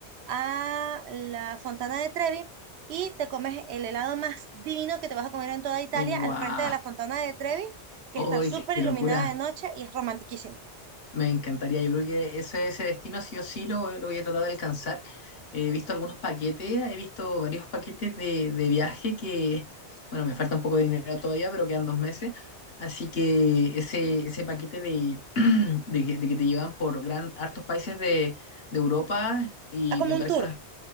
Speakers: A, on the right; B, on the left.
A: a la Fontana de Trevi y te comes el helado más divino que te vas a comer en toda Italia
B: ¡Guau!
A: al frente de la Fontana de Trevi, que
B: ¡Ay,
A: está súper
B: qué qué
A: iluminada
B: locura!
A: de noche y es romantiquísimo.
B: Me encantaría, yo creo que ese, ese destino sí o sí lo, voy lo voy a tratar de alcanzar. He visto algunos paquetes, he visto varios paquetes de, de viaje que, bueno, me falta un poco de dinero todavía, pero quedan dos meses. Así que ese, ese paquete de, <clears throat> de, que de que te llevan por gran, hartos países de, de Europa y
A: Ah, como
B: me
A: un
B: parece
A: tour.
B: una...